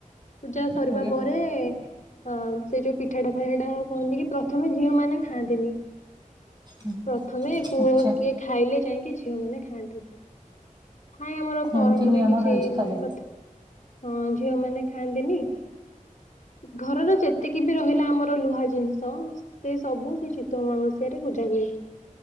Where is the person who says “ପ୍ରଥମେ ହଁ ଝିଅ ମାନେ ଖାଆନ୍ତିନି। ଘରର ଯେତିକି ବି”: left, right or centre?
Left